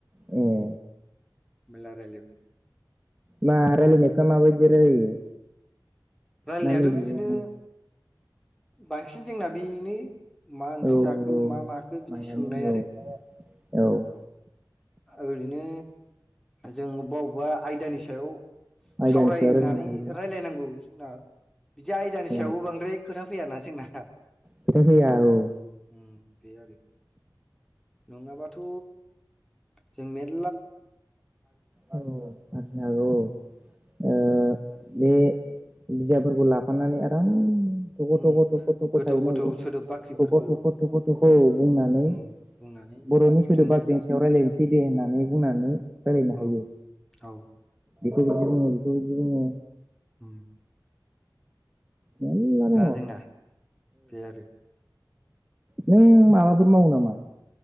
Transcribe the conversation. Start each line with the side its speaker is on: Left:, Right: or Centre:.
Right: औ
Centre: मेलला रायलायबाय
Right: मा रायलायनायफ्रा माबायदि रायलायो
Centre: रायलायनायाथ'
Right: ना नै बेबायदिनो
Centre: बिदिनो बांसिन जोंना बेनो मा ओंख्रि
Right: औ
Centre: जाखो
Right: औ
Centre: मा माखो बिदि
Right: मायानो
Centre: सोंनाय आरो
Right: औ औ
Centre: ओरैनो जों अबबा अबबा आयदानि सायाव
Right: आयदानि
Centre: सावरायनानै
Right: सायाव रायलायनो हायो
Centre: रायलायनांगौ जोंना बिदि आयदानि
Right: औ
Centre: सायावबो बांद्राय खोथा फैयाना जोंना
Right: खोथा फैया औ
Centre: उम बे आरो नङाबाथ' जों मेर
Right: औ आरजिनो हागौ औ ओ बे बिजाबफोरखौ लाफानानै आराम थख'
Centre: उम
Right: थख' थख' थख'
Centre: गोथौ
Right: थायोना
Centre: गोथौ
Right: बेखौ' थख'
Centre: सोदोब बाख्रिफोरखौ
Right: थख' थख' थख' औ बुंनानै
Centre: उम बुंनानै
Right: बर'नि सोदोब
Centre: दिहुननो
Right: बाख्रिनि सायाव रायलायनोसै बिदि होननानै बुंनानै रायलायनो
Centre: औ
Right: हायो
Centre: औ
Right: बेखौ बिदि बुङो एखौ इदि बुङो
Centre: होम
Right: मेल्ला दङ औ
Centre: जोंना बे आरो
Right: नों माबाफोर मावो नामा